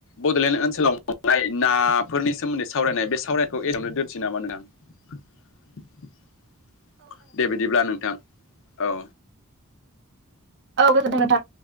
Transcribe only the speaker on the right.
<inaudible>
औ गोजोन्थों नोंथां।